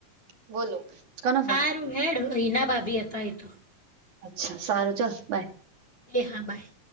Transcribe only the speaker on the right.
બોલો કન
અચ્છા સારું ચલ બાય.